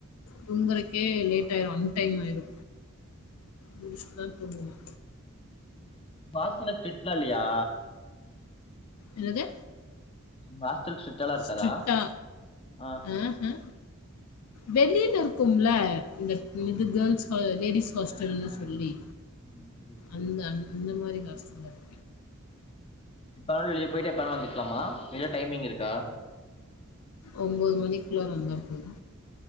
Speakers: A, on the left (about 85°); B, on the left (about 25°).
A: தூங்குறக்கே லேட் டாயிரு அன் டைம் ஆயிரு இங்கிஷ்தா தோன்றுமா
B: பாசெல்லா ஸ்டிட்லா இல்லயா
A: என்னது
B: உங்க ஹாஸ்டல் ஸ்ட்ரிக்டாலாம் இருக்காதா
A: ஸ்ட்ரிக்டா
B: ஆ
A: ஆஹ வெளியில இருக்கும்ல இந்த
B: ம்
A: இது கேர்ள்ஸ் ஹ லேடிஸ் ஹாஸ்டல்ன்னு
B: ஆஹா
A: சொல்லி
B: ம் புரியுது புரியுது
A: அந்த அந்த மாரி காஸ்டல் அது
B: எப்ப வேணாலு போயிட்டு எப்ப வெணாலு வந்துக்லாமா எதா டைமிங் இருக்கா
A: ஒம்பொது மணிக்குள்ள வந்தா போது